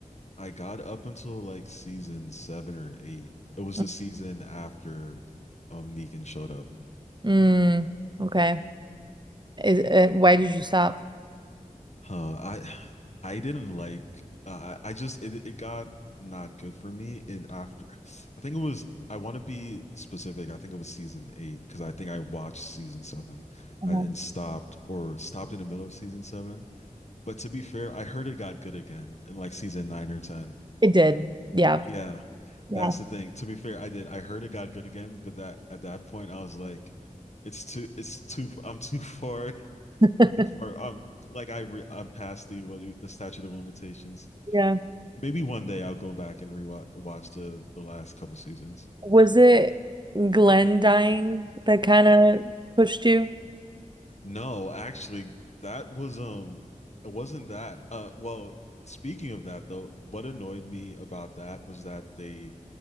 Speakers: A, on the left; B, on the right.
A: I got up until like season seven or eight. It was
B: Mm,
A: the season after um Negan showed up.
B: mm, okay. Is, uh, why did you stop?
A: Huh. I <sighs> I didn't like uh, I I just it, it got not good for me in after I think it was I want to be specific. I think it was season eight because I think I watched season seven
B: Uh-huh.
A: and, and stopped or stopped in the middle of season seven. But to be fair, I heard it got good again in like season nine or ten.
B: It did. Yeah.
A: Yeah,
B: Yeah.
A: that's the thing. To be fair, I did. I heard it got good again, but that at that point, I was like, it's too, it's too, I'm too far,
B: <laughs>
A: <laughs> too far. Um, like I, re, I'm past the what you- the statute of limitations.
B: Yeah.
A: Maybe one day I'll go back and rewatch watch the the last couple seasons.
B: Was it Glenn dying that kind of pushed you?
A: No, actually, that was um, it wasn't that. Uh, well, speaking of that though, what annoyed me about that was that they